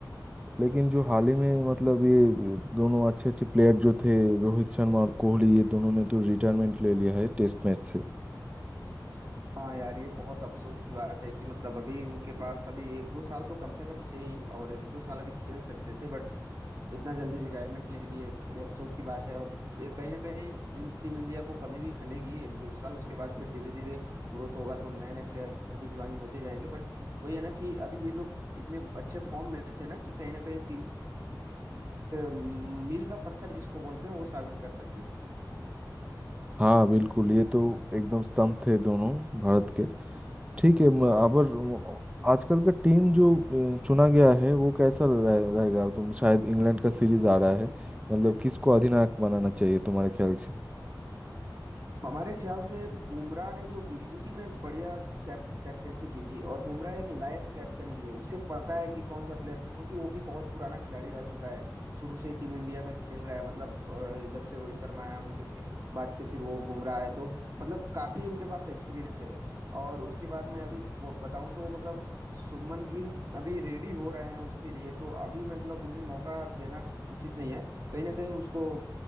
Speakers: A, on the right; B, on the right.
A: लेकिन जो हाल ही में मतलब ये दोनों अच्छे अच्छे प्लेयर जो थे रोहित शर्मा और कोहली ये दोनों ने तो रिटायरमेंट ले लिया है टेस्ट मैच से
B: हाँ यार ये बहुत अफसोस की बात है कि मतलब अभी उनके पास अभी एक दो साल तो कम से कम थे ही और एक दो साल अभी खेल सकते थे बट इतना जल्दी रिटायरमेंट ले लिए थोड़ी अफसोस की बात है और ये कहीं ना कहीं इन टीम इंडिया को कमी भी खलेगी एक दो साल उसके बाद फिर धीरे धीरे ग्रोथ होगा तो नए नए प्लेयर भी ज्वाइन होते जाएंगे बट वही है ना कि अभी ये लोग इतने अच्छे फॉर्म में थे ना कि कहीं ना कहीं मील का पत्थर जिसको बोलते हैं वो साबित कर सकते थे
A: हाँ बिल्कुल ये तो एकदम स्तंभ थे दोनों भारत के ठीक है म- अबर म- आजकल का टीम जो अ, चुना गया है वो कैसा रहे- रहेगा तुम शायद इंग्लैंड का सीरीज आ रहा है मतलब किसको अधिनायक बनाना चाहिए तुम्हारे ख्याल से
B: हमारे ख्याल से बुमराह ने जो बीजीटी में बढ़िया कैप, कैप्टेंसी की थी और बुमराह एक लायक कैप्टन भी है उसे पता है कि कौन सा प्लेयर क्योंकि वो भी बहुत पुराना खिलाड़ी रह चुका है शुरू से ही टीम इंडिया में खेल रहा है मतलब अ, जब से रोहित शर्मा आया उनके बाद से फिर वो बुमराह आए तो मतलब काफी उनके पास एक्सपीरियंस है और उसके बाद मैं अभी ब- बताऊं तो मतलब शुभमन गिल अभी रेडी हो रहे हैं उसके लिए तो अभी मतलब उन्हें मौका देना उचित नहीं है कहीं ना कहीं उसको अ,